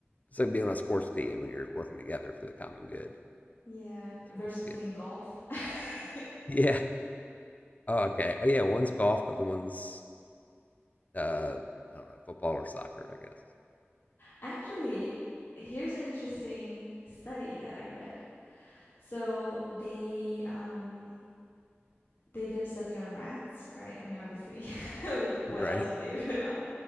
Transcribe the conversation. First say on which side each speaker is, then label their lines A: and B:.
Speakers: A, on the left; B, on the left.
A: It's like being on a sports team and you're working together for the common good.
B: Yeah. Versus
A: Yes.
B: playing
A: what <laughs>
B: golf. <laughs>
A: Yeah. Oh, okay. Oh, yeah. One's golf, the other one's uh, I don't know, football or soccer, I guess.
B: Actually, here's an interesting study that I read. So they um they did a study on rats, right? I mean, obviously, <laughs> what
A: Right?
B: else would they do it on?